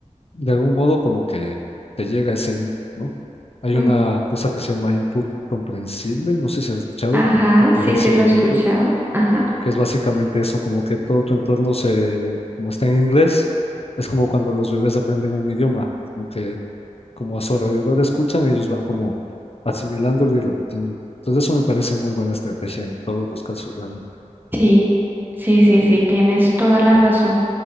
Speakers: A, on the left; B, on the right.
A: de algún modo como que te llega ese input, ¿no? Hay
B: mm,
A: una cosa que se llama input comprensible, no sé si has escuchado,
B: Ajá,
A: comprehensible
B: sí, sí lo escuchaba.
A: input,
B: Ajá.
A: que es básicamente eso, como que todo tu entorno se, como está en inglés, es como cuando los bebés aprenden un idioma, como que como a su alrededor escuchan, ellos van como asimilándolo y repitiéndolo. Entonces eso me parece muy buena estrategia en todos los casos realmente.
B: Sí, sí, sí, sí, tienes toda la razón.